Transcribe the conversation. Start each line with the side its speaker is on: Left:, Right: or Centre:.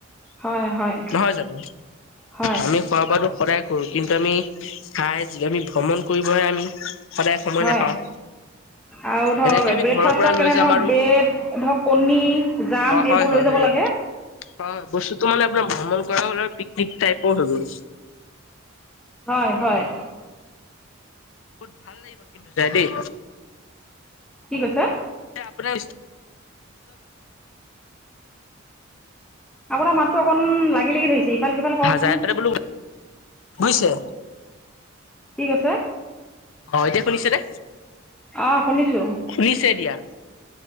Centre: হয় হয়
Left: নহয় জানো।
Centre: হয়
Left: আমি খোৱা বোৱাটো সদায় কৰো, কিন্তু আমি খাই আমি ভ্ৰমণ কৰিবহে আমি সদায় সময়
Centre: হয়
Left: নাপাওঁ।
Centre: আৰু ধৰক
Left: এনেকে আমি
Centre: ব্ৰেকফাষ্টৰ
Left: ঘৰৰ পৰা লৈ
Centre: কেনে
Left: যাম
Centre: ধৰক
Left: আৰু
Centre: ব্ৰেড ধৰক কণী। জাম
Left: অ হয়
Centre: এইবোৰ
Left: হয়
Centre: লৈ যাব
Left: হয়
Centre: লাগে।
Left: হয় বস্তুতটো মানে আপোনাৰ ভ্ৰমণ কৰা হ'ল, আৰু পিকনিক টাইপও হৈ গ'ল।
Centre: হয়, হয়।
Left: বহুত ভাল লাগিব, কিন্তু যাই দেই।
Centre: কি কৈছা?
Left: আপোনাৰ
Centre: আপোনাৰ মাতটো অকণমান লাগি লাগি ধৰিছে ইফাল -সিফাল কৰকচোন।
Left: যাই পেলাই বোলো বুজিছে?
Centre: কি কৈছে?
Left: অ' এতিয়া শুনিছে নে?
Centre: অ' শুনিছো।
Left: শুনিছে এতিয়া?